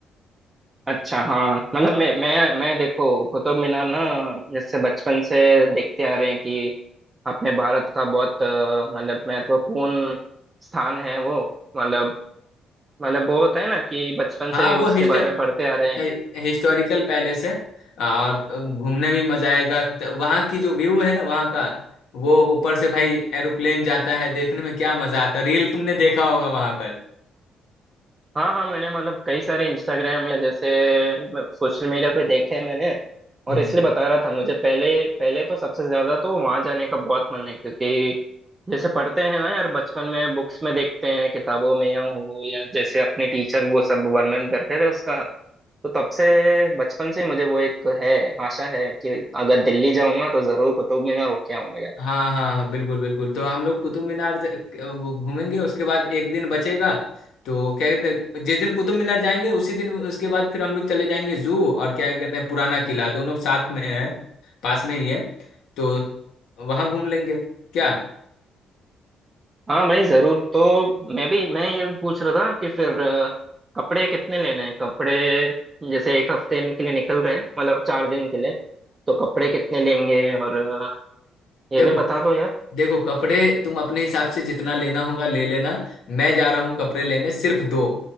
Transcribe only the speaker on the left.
हाँ
वो
हिस्ट
अच्छा,
हिस्टोरिकल पैलेस है और घूमने में भी मजा आएगा तो वहाँ की जो व्यू है ना वहाँ का वो ऊपर से भाई एरोप्लेन जाता है देखने में क्या मजा आता है रियल तुमने देखा होगा वहाँ का
हम्म
हाँ हाँ हाँ बिल्कुल बिल्कुल तो हम लोग कुतुब मीनार ज- क- वो घूमेंगे उसके बाद एक दिन बचेगा तो क्या कहते हैं जिस दिन कुतुब मीनार जाएंगे उसी दिन उसके बाद फिर हम लोग चले जाएंगे जू और क्या कहते हैं पुराना किला दोनों साथ में है पास में ही है तो वहां घूम लेंगे क्या
देखो
देखो कपड़े तुम अपने हिसाब से जितना लेना होगा ले लेना मैं जा रहा हूँ कपड़े लेने सिर्फ दो